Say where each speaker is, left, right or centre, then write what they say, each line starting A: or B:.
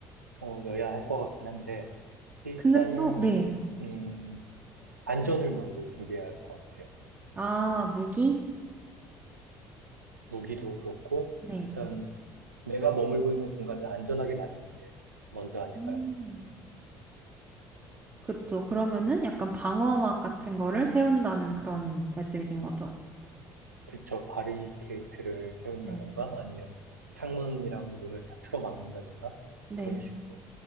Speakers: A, on the right (about 80°); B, on the right (about 20°).
A: 어, 여야 할 것 같긴 한데, 일단은,
B: 근데 또, 네.
A: 음, 안전을 먼저 준비해야 할 것 같아요.
B: 아, 무기?
A: 무기도 그렇고,
B: 네.
A: 일단 내가 머물고 있는 공간을 안전하게 만드는 게 먼저 아닐까요?
B: 음. 그쵸. 그러면은 약간 방어막 같은 거를 세운다는 그런 말씀이신 거죠?
A: 그쵸, 바리케이트를 세운다던가
B: 네.
A: 아니면 창문이랑 문을 다 틀어 막는다든가
B: 네.
A: 그런 식으로.